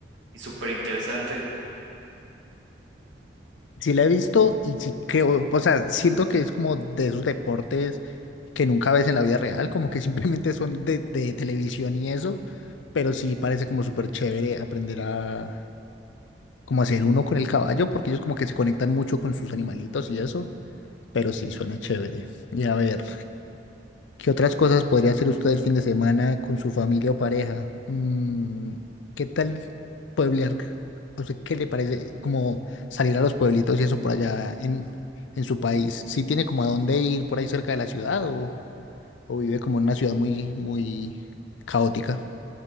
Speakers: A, on the right; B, on the left.
A: y súper interesante.
B: Sí la he visto y sí creo, o sea, siento que es como de esos deportes que nunca ves en la vida real, como que simplemente son de, de televisión y eso, pero sí parece como súper chévere aprender a como hacer uno con el caballo, porque ellos como que se conectan mucho con sus animalitos y eso, pero sí suena chévere. Y a ver. ¿Qué otras cosas podría hacer usted el fin de semana con su familia o pareja? Mm, ¿qué tal pueblear? O sea, ¿qué le parece como salir a los pueblitos y eso por allá en, en su país? ¿Sí tiene como a dónde ir por ahí cerca de la ciudad o, o vive como en una ciudad muy, muy caótica?